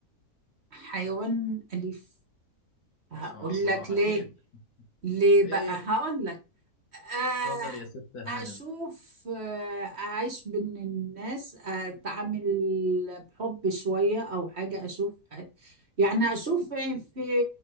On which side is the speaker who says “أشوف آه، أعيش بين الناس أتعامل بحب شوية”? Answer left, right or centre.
Right